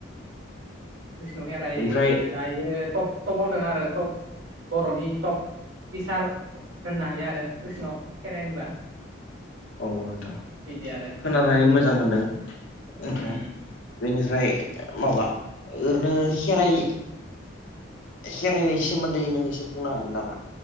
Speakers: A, on the right; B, on the left.
A: कृष्ण खेराइ
B: बेनिफ्राय
A: दायो टप टप आदों आरो टप बर'नि टप बिसार होननो हायो आरो कृष्णआव खेराइ होनबा
B: औ नोंथां
A: बिदि आरो बिदि
B: खोनानानै
A: जोंनि जिङाव
B: मोजां
A: दों
B: मोनदों नोंथां
A: उम
B: बेनिफ्राय माबा ओरैनो खेराइ खेराइनायनि सोमोन्दै नों एसे बुंनो हागोन नामा?